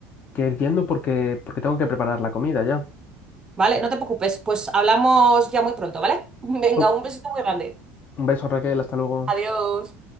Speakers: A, on the left; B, on the right.
A: que ir yendo porque, porque tengo que preparar la comida ya.
B: Vale, no te preocupes, pues hablamos ya muy pronto, ¿vale? <laughs> Venga,
A: Oh,
B: un besito muy grande.
A: Un beso, Raquel, hasta luego.
B: Adiós.